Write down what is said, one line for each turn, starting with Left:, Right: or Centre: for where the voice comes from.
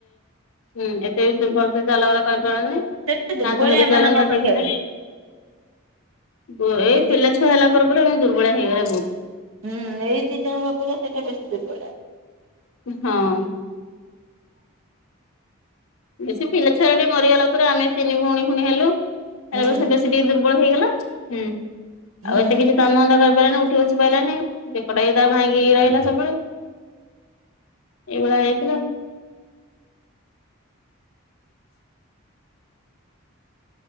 Left: ହୁଁ ଏତେ- ଭଲସେ ଚଲା ବୁଲା କରିପାରନ୍ତି ନି।
Right: ସେଟା ଦୁର୍ବଳିଆ
Left: କାନ୍ଥ ଧରି
Right: ମାନଙ୍କ
Left: ଚାଲନ୍ତି
Right: ଅପେକ୍ଷା
Left: ଟେକି ଦେଲେ
Right: ବି
Left: ବୋ ଏଇ
Right: ଏ ଦି
Left: ପିଲା ଛୁଆ ଛୁଆ ହେଲା ପରେ ପରେ ମୁଁ ଦୁର୍ବଳିଆ ହେଇଗଲି ଭୋଉତୁ।
Right: ହୁଁ, ଏଇ ଦି ଜଣଙ୍କ ଅପେକ୍ଷା ସେଇଟା ବେଶୀ ଦୁର୍ବଳିଆ।
Left: ହଁ। ବେଶୀ ପିଲା ଛୁଆରା ଟେ ମରିଗଲା ପରେ ଆମେ ତିନି ଭଉଣୀ ଫୁଣି ହେଲୁ। ତା
Right: ହୁଁ
Left: ପରେ ସେ ବେଶୀ ଟିକେ ଦୁର୍ବଳ ହେଇଗଲା, ହୁଁ,
Right: ହୁଁ
Left: ଆଉ ଏତେ କିଛି କାମ ଧଂଦା କରିପାରେନି ଉ ଠି ବସି ପାଇଲାନି ବେକଟା ବି ତାର ଭାଙ୍ଗିହେଇରହିଲା ସବୁବେଳେ। ଏଇ ଭଳିଆ ହେଇଥିଲା।